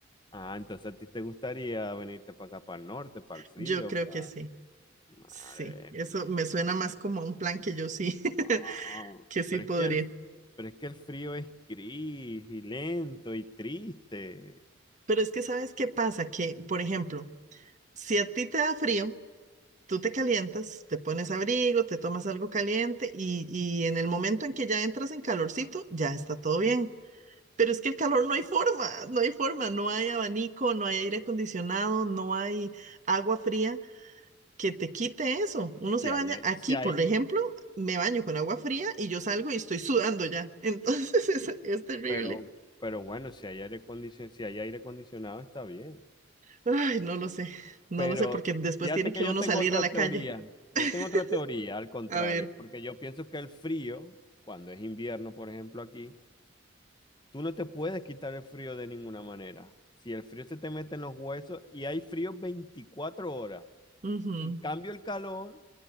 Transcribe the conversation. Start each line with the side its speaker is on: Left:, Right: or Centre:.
Left: Ah, entonces a ti te gustaría venirte para acá, para el norte, para el frío,
Right: Yo creo
Left: para...
Right: que sí.
Left: Madre
Right: Sí, eso
Left: mía.
Right: me suena más como a un plan que yo sí, <laughs>
Left: No,
Right: que sí
Left: pero
Right: podría.
Left: es que el, pero es que el frío es gris y lento y triste.
Right: Pero es que ¿sabes qué pasa? Que, por ejemplo, si a ti te da frío, tú te calientas, te pones abrigo, te tomas algo caliente y, y en el momento en que ya entras en calorcito, ya está todo bien. Pero es que el calor no hay forma, no hay forma, no hay abanico, no hay aire acondicionado, no hay agua fría que te quite eso. Uno se
Left: Si hay,
Right: baña
Left: ai-
Right: aquí,
Left: si hay,
Right: por ejemplo, me baño con agua fría y yo salgo y estoy sudando ya. Entonces <laughs> es, es terrible.
Left: pero, pero bueno, si hay aire acondicionado, si hay aire acondicionado está bien.
Right: Ay, no lo sé, no
Left: Pero
Right: lo sé porque después
Left: fíjate
Right: tiene que
Left: que yo
Right: uno
Left: tengo
Right: salir
Left: otra
Right: a la
Left: teoría.
Right: calle.
Left: Yo
Right: <laughs>
Left: tengo otra teoría, al contrario,
Right: A ver.
Left: porque yo pienso que el frío, cuando es invierno, por ejemplo, aquí, tú no te puedes quitar el frío de ninguna manera. Si el frío se te mete en los huesos y hay frío 24 horas.
Right: Ujú,
Left: En cambio, el calor